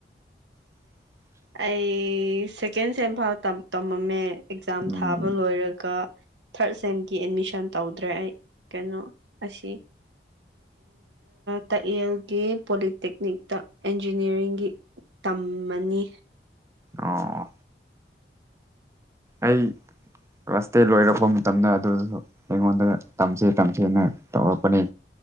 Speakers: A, on the right; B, on the right.
A: <unintelligible>
B: ꯑꯩ ꯁꯦꯀꯦꯟ ꯁꯦꯝ ꯐꯥꯎ ꯇꯃꯝꯃꯦ ꯑꯦꯛꯖꯥꯝ
A: ꯎꯝ
B: ꯊꯥꯕ ꯂꯣꯏꯔꯒ ꯊꯥꯔꯠ ꯁꯦꯝꯒꯤ ꯑꯦꯠꯃꯤꯁꯟ ꯇꯧꯗ꯭ꯔꯦ ꯑꯩ ꯀꯩꯅꯣ ꯑꯁꯤ ꯇꯥꯏꯌꯦꯜꯒꯤ ꯄꯣꯂꯤꯇꯦꯛꯅꯤꯛꯇ ꯏꯟꯖꯤꯅꯤꯌꯥꯔꯤꯡꯒꯤ ꯇꯝꯃꯅꯤ
A: ꯑꯣ ꯑꯩ ꯀ꯭ꯂꯥꯁ ꯇꯦꯟ ꯂꯣꯏꯔꯛꯄ ꯃꯇꯝꯗ ꯑꯗꯨꯗꯁꯨ ꯑꯩꯉꯣꯟꯗ ꯇꯝꯁꯦ ꯇꯝꯁꯦꯅ ꯇꯧꯔꯛꯄꯅꯤ